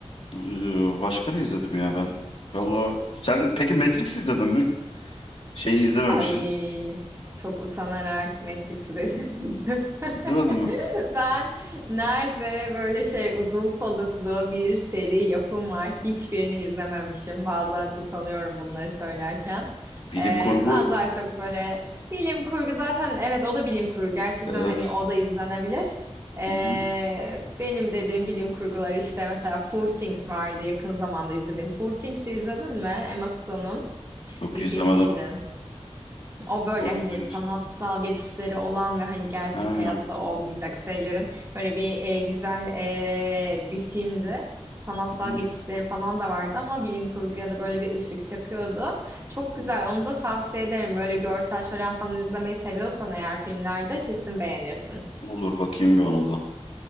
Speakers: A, on the left (about 55°); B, on the right (about 25°).
A: Ee, Başka ne izledim ya ben? Valla sen peki Matrix izledin mi? Şeyi izlememişsin.
B: Ay çok utanarak Matrix'i de izledim.
A: İzlemedin
B: <laughs>
A: mi?
B: Ben nerede böyle şey uzun soluklu bir seri yapım var hiçbirini izlememişim. Bazen utanıyorum bunları söylerken.
A: Bilim
B: Ee,
A: kurgu.
B: ben daha çok böyle bilim kurgu zaten evet o da bilim kurgu gerçekten
A: Evet.
B: hani o da izlenebilir. Ee,
A: Hı hı.
B: benim dediğim bilim kurgular işte mesela Poor Things vardı yakın zamanda izlediğim. Poor Things'i izledin mi? Emma Stone'un
A: Yok
B: bir
A: izlemedim.
B: filmiydi. O böyle
A: Doğru
B: hani
A: söylüyorsun.
B: sanatsal geçişleri olan ve hani gerçek
A: Ha.
B: hayatta olmayacak şeylerin böyle bir e, güzel e, bir filmdi. Sanatsal
A: Hı hı.
B: geçişleri falan da vardı ama bilim kurguya da böyle bir ışık çakıyordu. Çok
A: Hı.
B: güzel. Onu da tavsiye ederim. Böyle görsel şölen falan izlemeyi seviyorsan eğer filmlerde kesin beğenirsin.
A: Olur bakayım bir ona da.